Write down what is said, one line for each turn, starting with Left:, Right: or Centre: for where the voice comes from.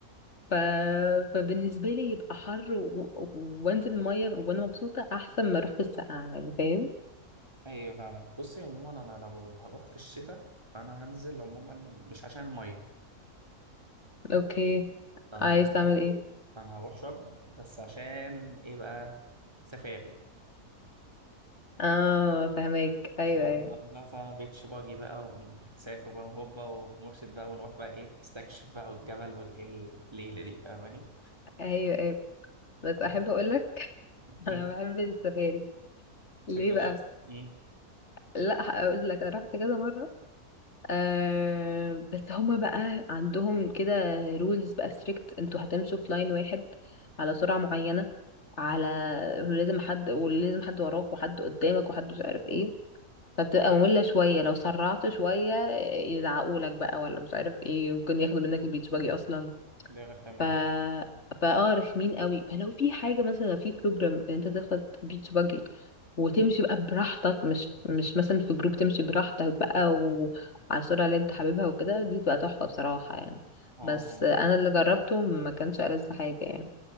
Left: ف... فبالنسبه لي يبقى حر و... و- وانزل الميه وانا مبسوطه احسن ما اروح في السقعه يعني فاهم
Right: <laughs> ايوه فاهمك بصي عموما انا لو هروح في الشتاء فانا هنزل عموما مش عشان المية
Left: اوكي
Right: انا
Left: عايز
Right: لو هروح
Left: تعمل ايه
Right: ما انا هروح شرم بس عشان ايه بقى سفاري
Left: اه فهمك
Right: بس
Left: ايوه
Right: بقى
Left: ايوه
Right: لا فا بيتش باجي بقى ونسافر بقى وهوبا ومرشد بقى ونروح بقى ايه نستكشف بقى والجبل والليل الليلة دي فاهماني؟
Left: ايوه ايوه بس
Right: <laughs>
Left: احب
Right: آه.
Left: اقول لك <laughs> انا
Right: ما
Left: بحب السفاري ليه
Right: تحبهاش
Left: بقى
Right: اصلا أمم،
Left: لا هقول لك انا رحت كذا مره آه بس هما بقى عندهم كده رولز بقى ستريكت انتوا هتمشوا في لاين واحد على سرعة معينة على ولازم حد ولازم حد وراك وحد قدامك وحد مش عارف ايه فبتبقى مملة شوية لو سرعت شوية يزعقولك بقى ولا مش عارف ايه ممكن ياخدوا منك البيتش باجي اصلا
Right: دي الرخامة
Left: ف
Right: دي
Left: فاه رخمين قوي فلو في حاجه مثلا لو في بروجرام ان انت تاخد بيتش باجي وتمشي بقى براحتك مش مش مثلا في جروب تمشي براحتك بقى وعلى السرعه اللي انت حاببها وكده دي تبقى تحفه بصراحه يعني
Right: هو
Left: بس
Right: انا
Left: انا اللي جربته ما كانش ألذ حاجه يعني